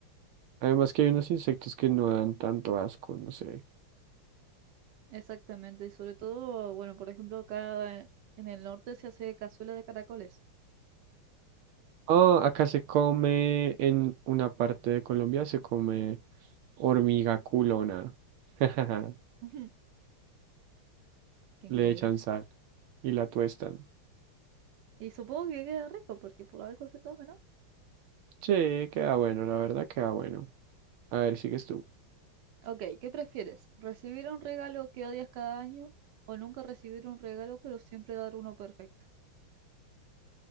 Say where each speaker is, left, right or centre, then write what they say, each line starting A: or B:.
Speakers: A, on the right; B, on the right.
A: Además que hay unos insectos que no dan tanto asco, no sé.
B: Exactamente, y sobre todo, bueno, por ejemplo, acá en el norte se hace cazuela de caracoles.
A: Ah, acá se come, en una parte de Colombia se come hormiga culona. <laughs>
B: <laughs> Qué increíble.
A: Le echan sal y la tuestan.
B: Y supongo que queda rico porque por algo se come, ¿no?
A: Sí, queda bueno, la verdad queda bueno. A ver, sigues tú.
B: Ok, ¿qué prefieres? ¿Recibir un regalo que odias cada año o nunca recibir un regalo pero siempre dar uno perfecto?